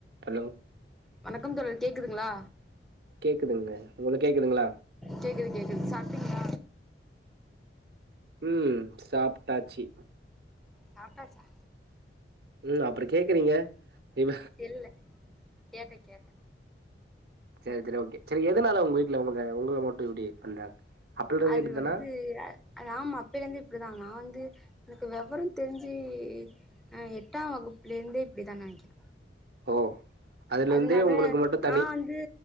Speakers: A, on the right; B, in the centre.
A: hello
B: வணக்கம் தோழர் கேக்குதுங்ளா
A: கேக்குதுங்கலே உங்களுகேக்குதுங்ளா
B: கேக்குது கேக்குது சாப்டிங்களா
A: ம் சாப்ட்டாச்சி
B: சாப்டாச்சா
A: ம் அப்பற கேக்குறீங்க இவ
B: இல்ல கேட்ட கேட்ட
A: செரி செரி ஒகே செரி எதனால உங்க வீட்ல உங்க உங்கள மட்டு இப்டி பண்றாங்க அப்பலருந்து
B: அது
A: இப்டிதானா
B: வந்து அ அது ஆமாப் பலைந்து இப்டிதா நா வந்து எனக்கு விவரம் தெரிஞ்சி ஆ எட்டாம் வகுப்புலேந்தே இப்டித்தா நெனைக்கிற
A: ஓ அதுலருந்தே
B: அதனால
A: உங்களுக்கு மட்டு தனி
B: நா வந்து